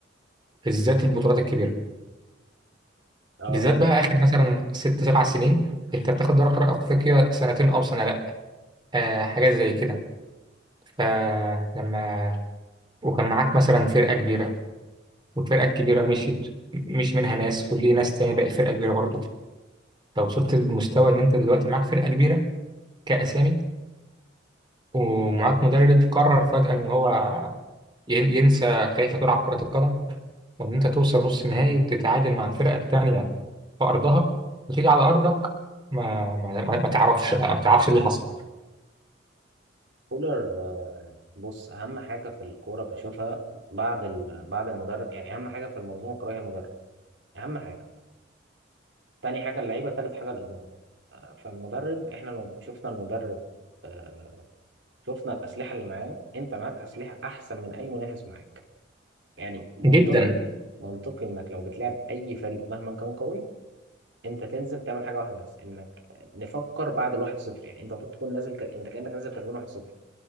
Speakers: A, on the right; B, on the right.
A: بالذات البطولات الكبيرة
B: اه
A: بالذات
B: طبعا
A: بقى آخر مثلا ست سبع سنين أنت بتاخد دوري أبطال أفريقيا سنتين أو سنة لأ آه، حاجات زي كده فلما وكان معاك مثلا فرقة كبيرة والفرقة الكبيرة مشيت مش منها ناس وفي ناس تاني بقت فرقة كبيرة برضو لو وصلت للمستوى ان انت دلوقتي معاك فرقه كبيره كاسامي ومعاك مدرب قرر فجاه ان هو ين- ينسى كيف تلعب كره القدم وان انت توصل نص نهائي وتتعادل مع الفرقه الثانيه في ارضها وتيجي على ارضك ما ما ما ما تعرفش بقى ما تعرفش اللي حصل
B: كولر آه، بص اهم حاجه في الكوره بشوفها بعد ال... بعد المدرب يعني اهم حاجه في المنظومه الكرويه المدرب اهم حاجه تاني حاجه اللعيبه تالت حاجه الاداره آه، فالمدرب احنا لو شفنا المدرب آه، شفنا الاسلحه اللي معاه انت معاك اسلحه احسن من اي منافس معاك يعني منطقي
A: جدا
B: منطقي انك لو بتلعب اي فريق مهما كان قوي انت تنزل تعمل حاجه واحده بس انك نفكر بعد الواحد صفر يعني انت المفروض تكون نازل ك... انت كانك نازل كسبان 1-0